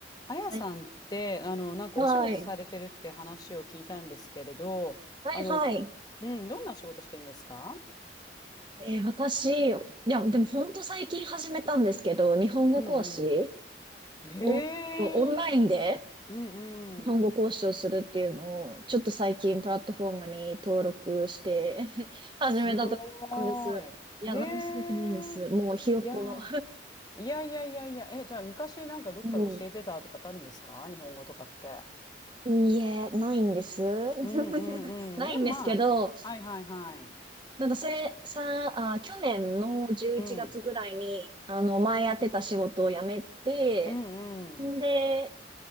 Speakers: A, on the left (about 25°); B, on the right (about 25°).
A: あやさんって、
B: はい。
A: あの、なんかお仕事されてるって話を聞いたんですけれど、
B: はい。はいはい。
A: あの、うん、どんなお仕事してるんですか
B: えー私、いや、でも本当最近始めたんですけど、日本語講師
A: うんうん。へえ、
B: を、オンラインで
A: うん
B: 日本語講師をするっていうのを、
A: うん。
B: ちょっと最近プラットフォームに登録して <laughs> 始めたところなんです。
A: すごーい。
B: いや、
A: へえ、
B: 何もすごくないんです。もうひよっこの
A: いやー、いやいやいやいや、え、じゃあ昔なんかどっかで教えてたとかってあるんですか日本語とかって。
B: <laughs> うん。いいえ、ないんです。<laughs>
A: うんうんうん。
B: ないんですけど、
A: でもまあね、はいはいはい。
B: なんかせ、さ、あ、去年の11月ぐらいに、
A: うん、
B: あの、前やってた仕事を辞めて、
A: うんうん。
B: んで、